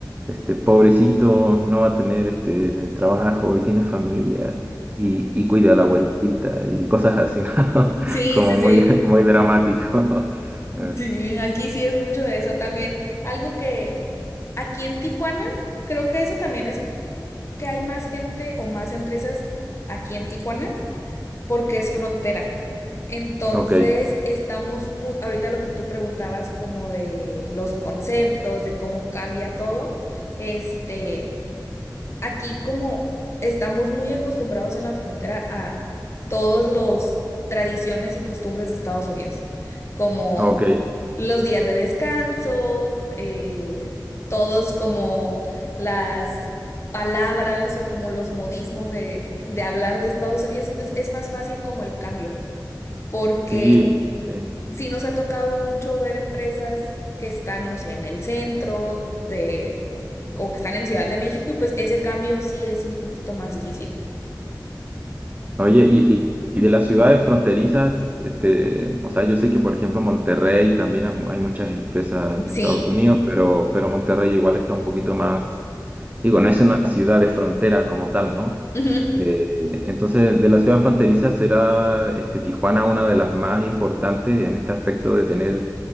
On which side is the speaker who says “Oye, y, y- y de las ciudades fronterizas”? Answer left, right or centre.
Right